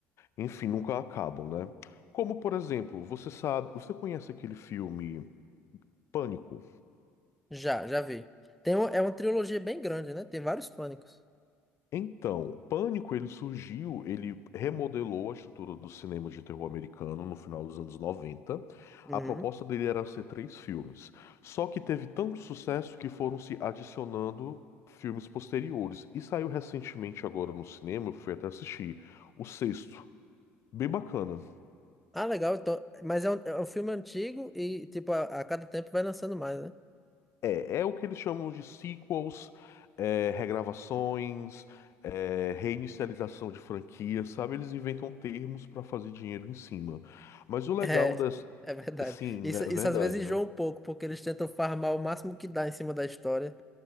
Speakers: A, on the left (about 50°); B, in the centre.
A: enfim, nunca acabam, né? Como, por exemplo, você sabe, você conhece aquele filme Pânico?
B: Já, já vi. Tem um- é uma trilogia bem grande, né? Tem vários pânicos.
A: Então, Pânico ele surgiu, ele remodelou a estrutura do cinema de terror americano no final dos anos 90.
B: Uhum.
A: A proposta dele era ser três filmes. Só que teve tanto sucesso que foram se adicionando filmes posteriores. E saiu recentemente agora no cinema, eu fui até assistir, o sexto. Bem bacana.
B: Ah, legal. Então, mas é um, é um filme antigo e, tipo, a, a cada tempo vai lançando mais, né?
A: É, é o que eles chamam de sequels, é, regravações, é, reinicialização de franquias, sabe? Eles inventam termos para fazer dinheiro em cima. Mas o legal
B: É,
A: das.
B: é verdade.
A: Sim,
B: Isso,
A: né? é
B: isso
A: verdade,
B: às vezes
A: né?
B: enjoa um pouco, porque eles tentam farmar o máximo que dá em cima da história